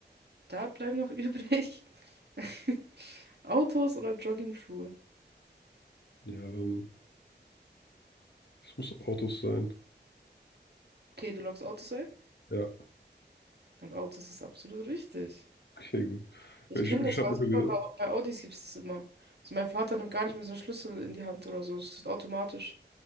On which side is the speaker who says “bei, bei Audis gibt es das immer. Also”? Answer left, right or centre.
Right